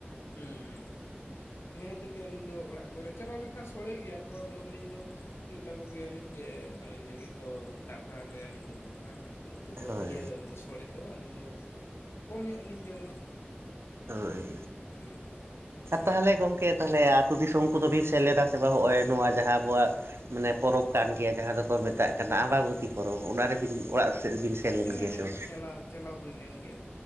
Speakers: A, on the left (about 85°); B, on the right (about 85°).
A: ᱦᱩᱸ ᱦᱩᱸ᱾ ᱤᱱᱟᱹ ᱠᱷᱟᱹᱛᱤᱨ ᱜᱮ ᱟᱹᱞᱤᱧ ᱫᱚ ᱚᱲᱟᱜ ᱠᱚᱨᱮ ᱪᱟᱞᱟᱣ ᱞᱮᱱᱠᱷᱟᱱ ᱥᱳᱲᱮ ᱜᱮᱭᱟ ᱠᱚ ᱟᱫᱚ ᱟᱹᱞᱤᱧ ᱫᱚ ᱢᱮᱛᱟ ᱠᱚ ᱜᱮᱭᱟᱞᱤᱧ ᱡᱮ ᱟᱹᱞᱤᱧ ᱞᱟᱹᱜᱤᱫ ᱫᱚ ᱫᱟᱠᱟ ᱜᱮ ᱟᱹᱞᱤᱧ ᱫᱚ ᱫᱚᱨᱠᱟᱨᱟ᱾ ᱩᱛᱩ ᱫᱚ
B: ᱦᱳᱭ
A: ᱤᱭᱟᱹ ᱥᱚᱲᱮ ᱫᱚ ᱟᱹᱞᱤᱧ ᱫᱚ, ᱠᱚᱢ ᱧᱚᱜ ᱞᱤᱧ ᱡᱚᱢᱟ᱾
B: ᱦᱳᱭ᱾
A: ᱦᱩᱸ
B: ᱟᱨ ᱛᱟᱦᱚᱞᱮ ᱜᱚᱝᱠᱮ ᱛᱟᱦᱚᱞᱮ ᱟᱛᱩ ᱫᱤᱥᱚᱢ ᱠᱚᱫᱚ ᱵᱤᱱ ᱥᱮᱱ ᱞᱮᱱᱟ ᱥᱮ ᱵᱟᱝ ᱦᱚᱸᱜᱼᱚᱭ ᱱᱚᱣᱟ ᱡᱟᱦᱟᱸ ᱟᱵᱚᱣᱟᱜ ᱢᱟᱱᱮ ᱯᱚᱨᱚᱵᱽ ᱠᱟᱱ ᱜᱮᱭᱟ ᱡᱟᱦᱟᱸ ᱫᱚᱠᱚ ᱢᱮᱛᱟᱜ ᱠᱟᱱᱟ ᱟᱢᱵᱟᱵᱚᱛᱤ ᱯᱚᱨᱚᱵᱽ ᱚᱱᱟ ᱨᱮᱵᱤᱱ ᱚᱲᱟᱜ ᱥᱮᱫ ᱵᱤᱱ ᱥᱮᱱ ᱥᱮ ᱞᱮᱱ
A: ᱦᱮᱸ
B: ᱜᱮᱭᱟ
A: ᱦᱮᱸ
B: ᱵᱟᱝ?
A: ᱪᱟᱞᱟᱣ ᱪᱟᱞᱟᱣ ᱦᱩᱭ ᱞᱮᱱ ᱜᱮᱭᱟ,